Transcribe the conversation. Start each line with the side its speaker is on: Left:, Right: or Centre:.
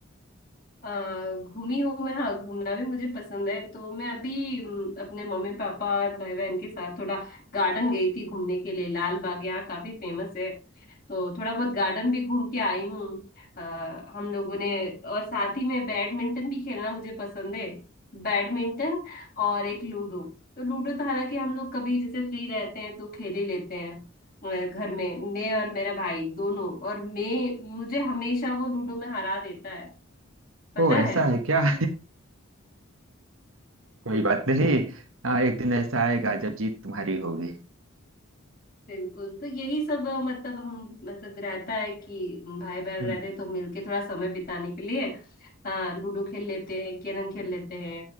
Left: आ, घूमी हूँ मैं हाँ घूमना भी मुझे पसंद है तो मैं अभी अम, अपने मम्मी पापा और भाई बहन के साथ थोड़ा गार्डन गई थी घूमने के लिए लाल बाग यहाँ काफी फेमस है तो थोड़ा बहुत गार्डन भी घूम के आई हूँ आ, हम लोगों ने और साथ ही में बैडमिंटन भी खेलना मुझे पसंद है बैडमिंटन और एक लूडो तो लूडो तो हालांकि हम लोग कभी जैसे फ्री रहते हैं तो खेल ही लेते हैं अ, घर में मैं और मेरा भाई दोनों और मैं मुझे हमेशा वो लूडो में हरा देता है पता
Right: ओ ऐसा
Left: है
Right: है क्या <laughs> कोई बात नहीं हाँ एक दिन ऐसा आएगा जब जीत तुम्हारी होगी
Left: बिल्कुल तो यही सब अ, मतलब हम मतलब रहता है कि भाई बहन
Right: हम्म
Left: रहते हैं तो मिलके थोड़ा समय बिताने के लिए अ, लूडो खेल लेते हैं कैरम खेल लेते हैं